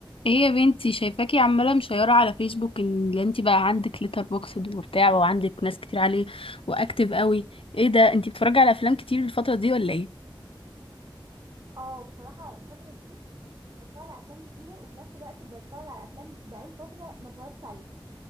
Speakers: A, on the left; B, on the right.
A: ايه يا بنتي شايفاكي عماله مشيره على فيسبوك ان انت بقى عندك ليتر بوكسد وبتاع وعندك ناس كتير عليه واكتف قوي ايه ده انت بتتفرجي على افلام كتير الفتره دي ولا ايه
B: اه بصراحة الفترة دي بتفرج على افلام كتيرة وفي نفس الوقت بتفرج على افلام بقالي فترة ما اتفرجتش عليها